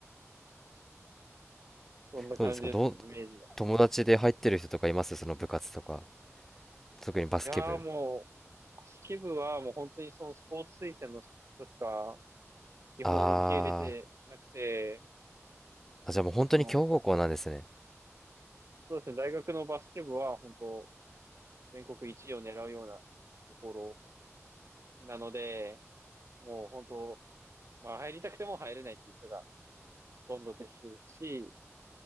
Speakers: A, on the right (about 60°); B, in the centre.
A: そんな感じですね、
B: どうですかどう、
A: イメージが。
B: 友達で入ってる人とかいますその部活とか。特にバスケ部。
A: いやーもう、バスケ部はもう本当にそのスポーツ推薦の人しか基本受け入れてなくて、
B: あー、あ、じゃあもう本当に強豪校なんですね。
A: 結構その、そうですね、大学のバスケ部は本当全国一位を狙うようなところなので、もう本当、まあ入りたくても入れないっていう人がほとんどですし、